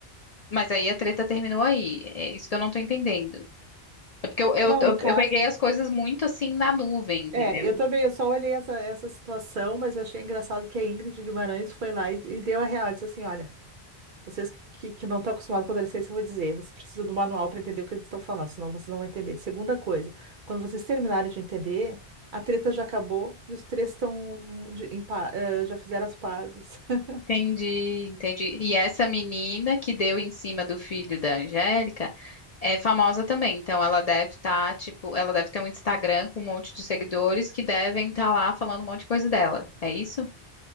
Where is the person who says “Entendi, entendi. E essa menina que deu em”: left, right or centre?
Left